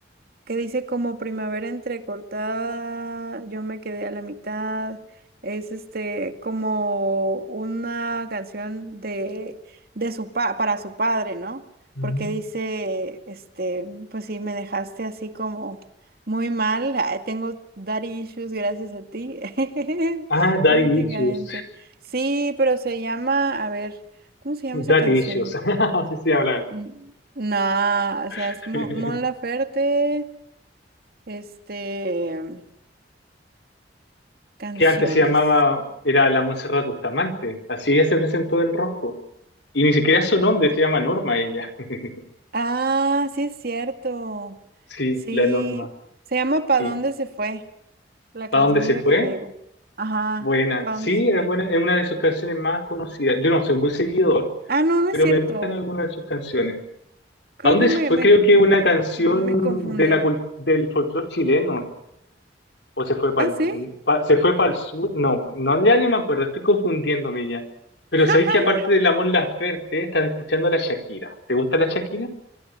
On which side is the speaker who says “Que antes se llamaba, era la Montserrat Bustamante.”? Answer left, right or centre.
Left